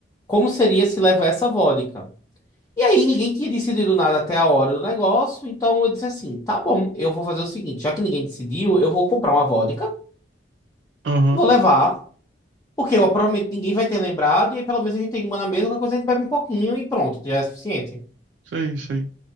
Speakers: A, on the left; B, on the right.
A: como seria se levar essa vodka. E aí ninguém tinha decidido nada até a hora do negócio. Então eu disse assim: tá bom, eu vou fazer o seguinte, já que ninguém decidiu, eu vou comprar uma vodka,
B: Aham,
A: vou levar. Porque eu, provavelmente ninguém vai ter lembrado, e aí pelo menos a gente tem uma na mesa, qualquer coisa a gente bebe um pouquinho e pronto, já é suficiente.
B: Sim, sim.